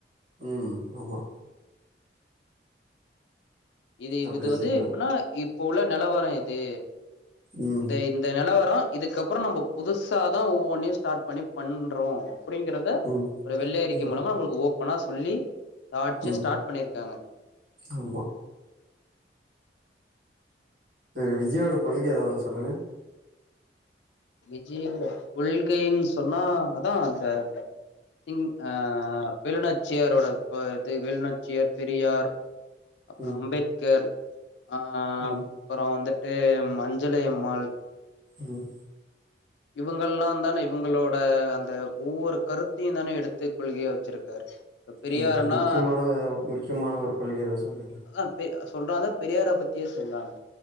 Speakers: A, on the right; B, on the left.
A: ம் ஆமா
B: இது
A: அப்டி
B: இது
A: வச்சிருந்தாங்க
B: வந்து எப்பன்னா இப்போ உள்ள நெலவரம் எது
A: ம்
B: இந்த இந்த நெலவரோம் இதுக்கப்பறோம் நம்ம புதுசாதா ஒவ்வொன்னயும் ஸ்டார்ட் பண்ணி பண்றோம் அப்டிங்கற ப
A: ம்
B: ஒரு வெள்ளை அறிக்கை
A: ம்
B: மூலமா நம்மளுக்கு ஓபன்னா சொல்லி ஆட்ச
A: ம்
B: ஸ்டார்ட் பண்ணிருக்காங்க
A: ஆமா சரி விஜயோட கொள்கைய ஏதாதொன்னு சொல்லுங்கள்
B: விஜயோட கொள்கைன் சொன்னா அதா அந்த ம் ஆ வெலுநாட்சியாரோட பதிகள் வெலுநாட்சியார் பெரியார் அப்புறம்
A: ம்
B: அம்பேத்கர் அ
A: ம்
B: அப்புறம் வந்துட்டு அஞ்ஜளைஅம்மாள்
A: ம்
B: இவங்கல்லாம் தானே இவங்களோட அந்த ஒவ்வொரு கருத்தையும் தானே எடுத்து கொள்கையா வச்சிருக்கார் இப்ப பெரியாருன்னா
A: ம் முக்கியமான ஒரு முக்கியமான ஒரு கொள்கை எதா சொல்லுங்களா
B: ஆ பெ செல்லறாங்க பெரியார பத்தியே சொல்றாங்க